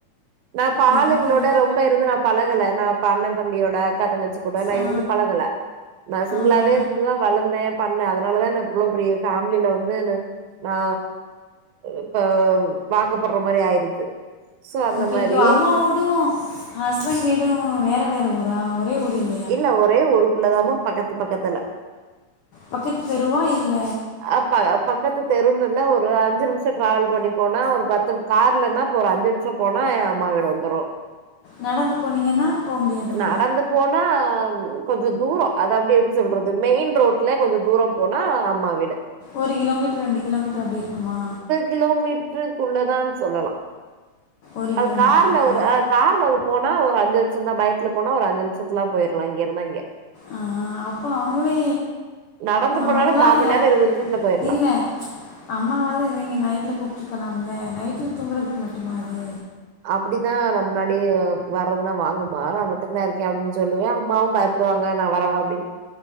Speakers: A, on the right; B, on the left.
A: நா ப்ப
B: இருங்க
A: ஆளுங்களோட ரொம்ப இருந்து நா பழகல நா அப்ப அண்ணே தம்பியோட அக்கா தங்கச்சி கூட நா
B: ஆ
A: இருந்து பழகல நா சிங்களாவே
B: ஆஹா
A: இருந்துதா வளர்ந்தேன் பண்ணேன் அதனாலதா எனக்கு இவ்வளவு பெரிய ஃபேமிலில வந்து நா இப்ப வாக்கப்படுற மாதிரி ஆயிருச்சு சோ அந்த
B: ஓகே
A: மாரி
B: ஓகே அம்மா உடும் ஹஸ்பண்ட் வீடும் வேற வேற ஊரா ஒரே ஊர் இல்
A: இல்ல ஒரே ஊருக்குள்ளதாம பக்கத்து பக்கத்துல
B: பக்கத்து தெருவா இல்ல
A: அப் ப பக் பக்கத்து தெருனு இல்ல ஒரு அஞ்சு நிமிஷோ டிராவல் பண்ணி போனா ஒரு பத்து கார்லனா இப்ப ஒரு அஞ்சு நிமி கொஞ்சோ போனா ‌ஏ அம்மா வீடு வந்துரு
B: நடந்து போனீங்கன்னா போ முடியாதா
A: நடந்து போனா கொஞ்சோ தூரோ அது அப்படி எப்படி சொல்றது மெயின் ரோட்லே கொஞ்சோ தூரோ போனா அம்மா வீடு
B: ஒரு கிலோமீட்டர் ரெண்டு கிலோமீட்டர் அப்டி இருக்குமா
A: கிலோமீட்டருக்குள்ளதான்னு சொல்லலா
B: ஒரு
A: அது
B: கிலோமீட்டருக்குள்ள
A: கார்ல ஒரு கார்ல போனா ஒரு அஞ்சு நிமிஷந்தா பைக்ல போனா ஒரு அஞ்சு நிமிஷத்லாம் போயிடலா இங்க இருந்து அங்கே
B: ஆ அப்போ அவுங்களே
A: நடந்து போனாலு
B: அவங்களா
A: காமண்
B: யா
A: நேரோ இருவது நிமிஷத்துல போயிரலா
B: இல்ல அம்மாவாது இவுங்கே நைட்ல கூப்ட்டுற்க்கலாம்ல நைட்ல தூங்கறதுக்கு மட்டுமா இது
A: அப்படிதா நம் முன்னாடி வர்றதுனா வாங்குமா நா மட்டும்தான் இருக்கே அப்டின்னு சொல்லுவே அம்மாவும் பய ப்படுவாங்க நா வரவா அப்படின்னு